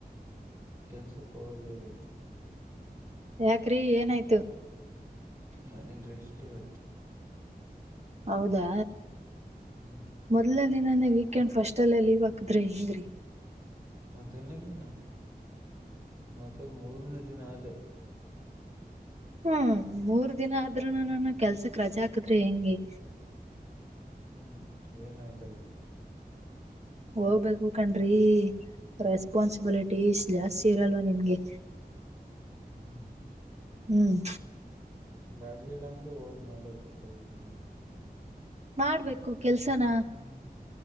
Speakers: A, on the right (about 15°); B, on the right (about 40°).
A: ಕೆಲ್ಸಕ್ ಹೋಗಲ್ಲ ಇವತ್ತು
B: ಯಾಕ್ರಿ ಏನಾಯ್ತು
A: ಮನೇಲಿ ರೆಸ್ಟ್ ಇವತ್ತು
B: ಹೌದಾ
A: ಹ್ಮ್
B: ಮೊದ್ಲ ಅಲ್ಲಿ ನಾನ ವೀಕೆಂಡ್ ಫಸ್ಟ್ ಅಲ್ಲ ಲೀವ್ ಹಾಕದ್ರೆ ಹೆಂಗ್ರೀ
A: ಮೊದಲನೇ ದಿನ ಮತ್ತ ಮೂರನೇ ದಿನ ಅಲ್ಲ
B: ಹ್ಮ್ ಮೂರ್ ದಿನ ಆದ್ರೂನೂ ನಾನ ಕೆಲ್ಸಕ್ ರಜಾ ಹಕದ್ರೆ ಹೆಂಗಗೆ
A: ಹ್ಮ್ ಏನಾಗಲ್ಲ
B: ಹೋಗ್ಬೇಕು ಹ ಕಣ್ರಿ ರೆಸ್ಪಾನ್ಸಿಬಿಲಿಟಿ ಇ ಜಾಸ್ತಿ ಇರಲ್ವ ನಿಮ ಹಾಗಗೆ
A: ಹ್ಮ್
B: ಹ್ಮ್
A: ನಮ್ಗ ಆಗ್ಲಿಲ್ಲ ಅಂದ್ರೂ ಹೋಗ್ ಮಾಡಬೇಕ ಅಲ್ಲಿ
B: ಮಾಡ್ಬೇಕು ಕೆಲ್ಸನ
A: ಹ್ಮ್